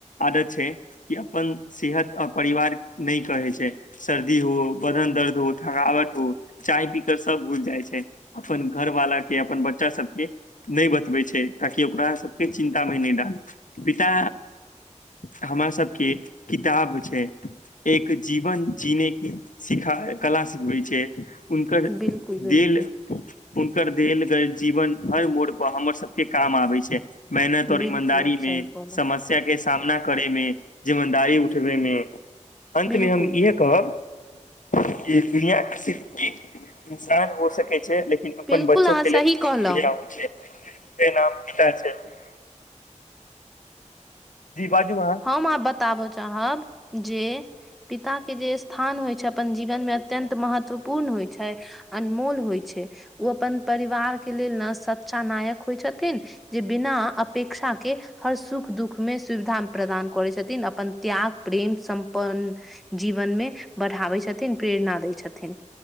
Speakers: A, on the left; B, in the centre.
A: आदत छै कि अपन सेहत आ परिवार नै कहै छै सर्दी हो बदन दर्द हो थकावट हो चाय पी कर सब भुइल जाइ छै अपन घरवाला के अपन बच्चा सबके नै बतबै छै ताकि ओकरा सबके चिन्ता मे नै डाल पिटा हमरा सबके किताब छै एक जीवन जीने कि सिखा कला सिखबै छै उनकर
B: बिल्कुल बिल्कुल
A: देल उनकर देल गैल जीवन हर मोड़ प हमर सबके काम आबै छै मेहनत और
B: बिल्कुल
A: ईमानदारी
B: आब
A: मे
B: सही कहलहुँ
A: समस्या के सामना करै मे जिमेदारी उठबै मे अन्तमे
B: बिल्कुल
A: हम इहे कहब कि दुनिया सिर्फ ईक इन्सान हो सकै छै लेकिन अपन
B: बिल्कुल
A: बच्चो
B: अहाँ
A: के लेल
B: सही कहलहुँ
A: छै नाम पित छै <unintelligible> जी बाजू अहाँ
B: हम आब बताबऽ चाहब जे पिताके जे स्थान होइ छैय अपन जीवनमे अत्यंत महत्व पून होइ छैय अनमोल होइ छैय ओ अपन परिवारके लेल न सच्चा नायक होइ छथिन जे बिनाऽ अपेक्षा के हर सुख दुख मे सुविधा प्रदान कोरै छथिन अपन त्याग प्रेम समपन जीवनमे बढ़ाबै छथिन प्रेरणा दैय छथिन